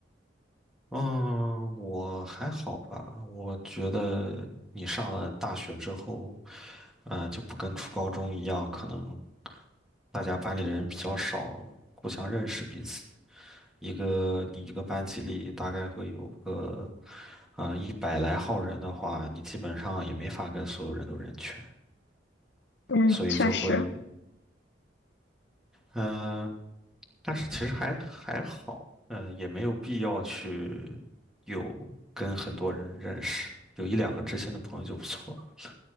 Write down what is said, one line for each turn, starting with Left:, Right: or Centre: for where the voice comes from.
Centre: 嗯，我还好吧。我觉得你上了大学之后，呃，就不跟初高中一样，可能大家班里的人比较少，互相认识彼此。一个你一个班级里大概会有个啊一百来号人的话，你基本上也没法跟所有人都认全，
Left: 嗯，
Centre: 所以就会。
Left: 确实，
Centre: 嗯、呃但是其实还还好，嗯，也没有必要去有跟很多人认识，有一两个知心的朋友就不错了。